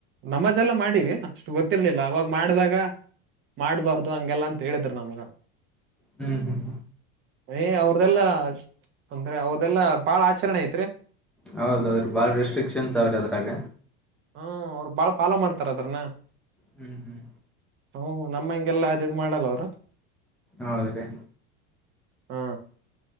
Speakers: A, on the right; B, in the centre.
A: ನಮಜೆಲ್ಲ ಮಾಡೀಿವಿ ಅಷ್ಟು ಗೊತ್ತಿರ್ಲಿಲ್ಲ ಅವಾಗ ಮಾಡ್ದಾಗ ಮಾಡ್ಬಾರ್ದು ಹಂಗೆಲ್ಲ ಅಂತ ಹೇಳಿದ್ರು ನಮ್ಗ
B: ಹ್ಮ್ ಹ್ಮ್
A: ಏ ಅವ್ರದೆಲ್ಲಾ ಅಂದ್ರೆ ಅವ್ರದೆಲ್ಲಾ ಬಾಳ ಆಚರಣೆ ಐತ್ರಿ
B: ಹೌದೌದ್ರೀ ಭಾಳ ರೆಸ್ಟ್ರಿಕ್ಷನ್ಸ್ ಅವ್ರೀ ಅದ್ರಾಗ
A: ಹ್ಮ ಅವ್ರ ಬಾಳ ಪಾಲ ಮಾಡ್ತಾರ ಅದ್ರನ್ನ
B: ಹ್ಮ್ ಹ್ಮ್
A: ಹ್ಮ ನಮ್ಮಂಗೆಲ್ಲಾ ಅದ ಇದ ಮಾಡಲ್ಲ ಅವರು
B: ಹೌದ್ರೀ
A: ಹಾ